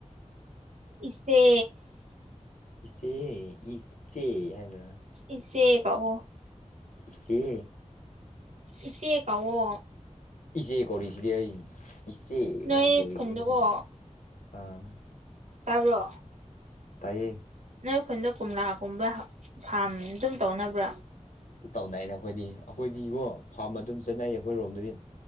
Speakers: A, on the right (about 65°); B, on the left (about 80°).
A: ꯏꯆꯦ
B: ꯏꯆꯦ ꯏ ꯏꯆꯦ ꯍꯥꯏꯕ꯭ꯔꯥ
A: ꯏꯆꯦ ꯀꯧꯋꯣ
B: ꯏꯆꯦ
A: ꯏꯆꯦ ꯀꯋꯣ
B: ꯏꯆꯦ ꯀꯧꯔꯤꯁꯤꯗꯤ ꯑꯩ ꯏꯆꯦ
A: ꯅꯣꯏ
B: ꯍꯥꯏꯅ ꯀꯧꯔꯤꯁꯤꯗꯤ
A: ꯈꯨꯟꯗꯀꯣ
B: ꯍꯨꯖꯤꯛ ꯑꯥ
A: ꯇꯥꯕ꯭ꯔꫭ
B: ꯇꯥꯏꯌꯦ
A: ꯅꯣꯏ ꯑꯩꯈꯣꯏꯗ ꯀꯣꯝꯂꯥꯒꯨꯝꯕ ꯐꯥꯝ ꯑꯗꯨꯝ ꯇꯧꯅꯕ꯭ꯔꯥ
B: ꯇꯧꯅꯩꯅ ꯑꯩꯈꯣꯏꯗꯤ ꯑꯩꯈꯣꯏꯗꯤꯀꯣ ꯐꯥꯔꯝ ꯑꯗꯨꯝ ꯆꯠꯅꯩꯌꯦ ꯑꯩꯈꯣꯏ ꯔꯣꯝꯗꯗꯤ